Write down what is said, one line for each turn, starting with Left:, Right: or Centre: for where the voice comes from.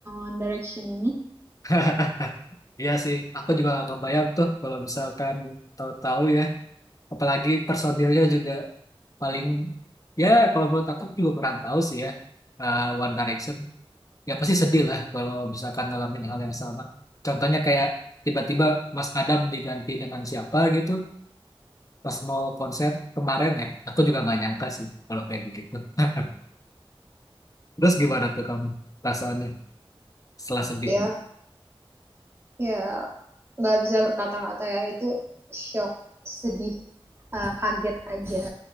Right: One Direction ini?
Left: <laughs> Iya sih, aku juga gak kebayang tuh kalau misalkan tahu-tahu ya apalagi personilnya juga paling ya kalau menurut aku juga kurang tahu sih ya eh, One Direction ya pasti sedih lah kalau misalkan ngalamin hal yang sama contohnya kayak tiba-tiba Mas Adam diganti dengan siapa gitu pas mau konser kemarin ya aku juga nggak nyangka sih kalau kayak begitu <laughs> terus gimana tuh kamu perasaannya setelah sedih
Right: ya ya nggak bisa berkata-kata ya itu shock sedih eh, kaget aja